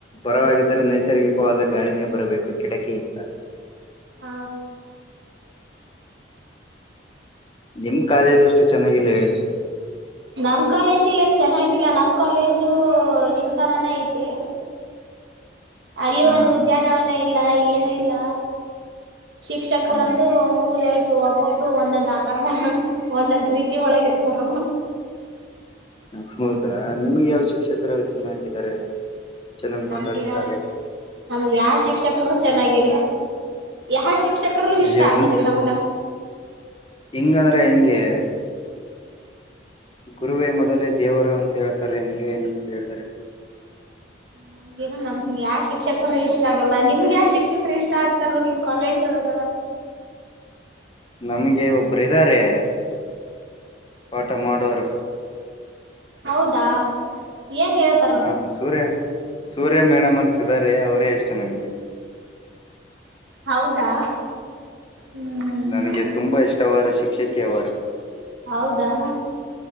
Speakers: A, on the left; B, on the right.
A: ಬರವಾಗಿದ್ದರೆ ನೈಸರ್ಗಿಕವಾದ ಗಾಳಿನೇ ಬರಬೇಕು ಕಿಟಕಿಯಿಂದ
B: ಹ
A: ನಿಮ್ ಕಾರ್ಯದ ಅಷ್ಟು ಚೆನ್ನಾಗಿಲ್ಲ ಹೇಳಿ
B: ನಮ್ ಕಾಲೇಜು ಏನ್ ಚೆನ್ನಾಗಿಲ್ಲ ನಮ್ ಕಾಲೇಜು ನಿಮ್ ತರಾನ ಇದೆ ಅಲ್ಲಿ
A: ಹಾ
B: ಒಂದು ಉದ್ಯಾನವನ ಇಲ್ಲ ಏನು ಇಲ್ಲ ಶಿಕ್ಷಕರಂತೂ
A: ಹಾ
B: ಮುಗುದು ಒಬ್ಬೊಬ್ರು ಒಂದೊಂದ್ ಆಕಾರದ ಒಂದೊಂದ್ ರೀತಿ ಒಳಗಿ ಇರ್ತಾರ
A: ಹೌದಾ ನಿಮಗೆ ಯಾವ್ ಶಿಕ್ಷಕರ ಚೆನ್ನಾಗಿದ್ದಾರೆ ಚೆನ್ನಾಗ್
B: ನಮ್ಗೆ
A: ಮಾತಾಡಸ್ತಾರೆ
B: ನಮ್ಗೆ ಯಾವ ಶಿಕ್ಷಕರು ಚೆನ್ನಾಗಿಲ್ಲ ಯ ಶಿಕ್ಷಕರ ಇಷ್ಟ
A: ಅಯ್ಯೋ
B: ಆಗೋದಿಲ್ಲ ನ ನಮ
A: ಹೆಂಗಂದ್ರೆ ಹೆಿಂಗೆ ಗುರುವೇ ಮೊದಲೇ ದೇವರು ಅಂತ ಹೇಳ್ತಾರೆ ನೀವೇ ನಿ ಹೇಳ್ರರೆ
B: ನಮ್ಗೇನ ನಮ್ ಯಾವ ಶಿಕ್ಷಕರು ಇಷ್ಟ ಆಗಲ್ಲ ನಿಮ್ಗೆ ಯಾವ ಶಿಕ್ಷಕರು ಇಷ್ಟ ಆಗ್ತಾರ ನಿಮ್ ಕಾಲೇಜ್ ಒಳಗ
A: ನಮ್ಗೆ ಒಬ್ಬರು ಇದ್ದಾರೆ ಪಠ ಮಾಡೋರು
B: ಹೌದಾ ಏನಿರುತ್ತ
A: ಹಾ ಸೂರ್ಯ ಸೂರ್ಯ ಮೇಡಮ್ ಅಂತಾರೆ ಅವರೇ ಇಷ್ಟ ನಮ್ಗೆ
B: ಹೌದಾ ಹ್ಮ್
A: ನನಗೆ ತುಂಬಾ ಇಷ್ಟವಾದ ಶಿಕ್ಷಕಿಯವರು
B: ಹೌದಾ